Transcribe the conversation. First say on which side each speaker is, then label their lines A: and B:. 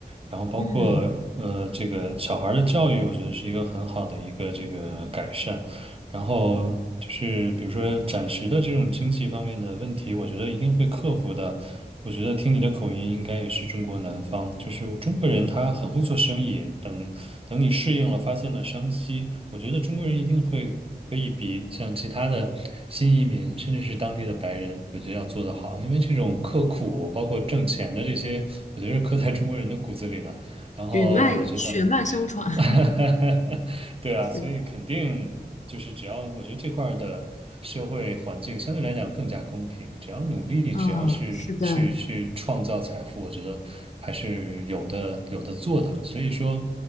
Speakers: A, on the right (about 35°); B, on the left (about 45°).
A: 然后包括呃这个小孩儿的教育，
B: <laughs> 嗯，
A: 我觉得是一个很好的一个这个改善。然后就是比如说暂时的这种经济方面的问题，我觉得一定会克服的。我觉得听你的口音，应该也是中国南方，就是中国人他很会做生意。等等你适应了，发现了商机，我觉得中国人一定会可以比像其他的新移民，甚至是当地的白人，我觉得要做得好。因为这种刻苦，包括挣钱的这些，我觉得是刻在中国人的骨子里的。然后我觉得。
B: 血脉血脉相传。
A: <laughs>
B: <laughs>
A: 对啊，
B: 是
A: 所以肯定。就是只要我觉得这块儿的社会环境相对来讲更加公平，只要努力，
B: 嗯，
A: 只要是去去创造财富，
B: 是的，
A: 我觉得还是有的有的做的。所以说，